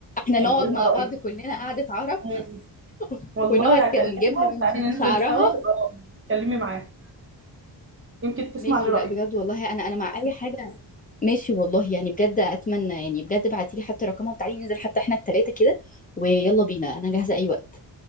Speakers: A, on the left; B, on the right.
A: احنا
B: يعني
A: نقعد
B: قولي
A: مع
B: لها رايك
A: بعض كلنا قعدة عرب
B: مم.
A: <laughs>
B: والله
A: ونقعد كده
B: هكلمها
A: ونجيبها من
B: وتعالي ننزل
A: من شعرها
B: سوا وأقعد اتكلمي معاها يمكن تسمع
A: ماشي
B: لرايي
A: لا بجد والله انا انا مع اي حاجة ماشي والله يعني بجد اتمنى يعني بجد ابعتي لي حتى رقمها وتعالي ننزل حتى احنا التلاتة كده ويلا بينا انا جاهزة اي وقت